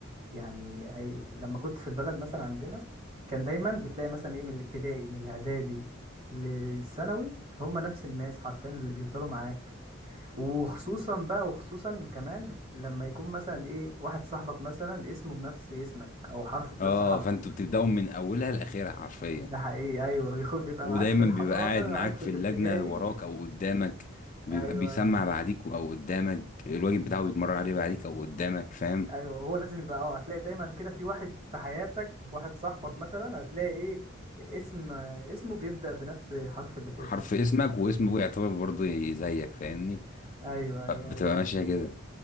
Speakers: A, on the right; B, on the left.
A: يعني أي لما كنت في البلد مثلا عندنا كان دايما بتلاقي مثلا ايه من الابتدائي من الاعدادي للثانوي هم نفس الناس حرفيا اللي بيفضلوا معاك وخصوصا بقى وخصوصا كمان لما يكون مثلا ايه واحد صاحبك مثلا اسمه بنفس اسمك او حرفه بنفس
B: اه
A: حرفك
B: فانتوا بتبداوا من اولها لاخرها حرفيا
A: ده حقيقي ايوه بيخب بيبقى
B: ودايما
A: معاك في الحضانه
B: بيبقى قاعد معاك
A: معاك في
B: في
A: الابتدائي
B: اللجنة وراك أو قدامك بيبقى
A: ايوه
B: بيسمع بعديك أو قدامك الواجب بتاعه بيتمرن عليه بعديك أو قدامك فاهم
A: ايوه هو لازم يبقى اه هتلاقي دايما كده في واحد في حياتك واحد صاحبك مثلا هتلاقي ايه اسم اسمه بيبدأ بنفس حرف اللي في
B: حرف
A: اسمك
B: اسمك واسمه يعتبر برضه زيك فاهمني
A: ايوه ايوه
B: بتبقى
A: ايوه
B: ماشية كده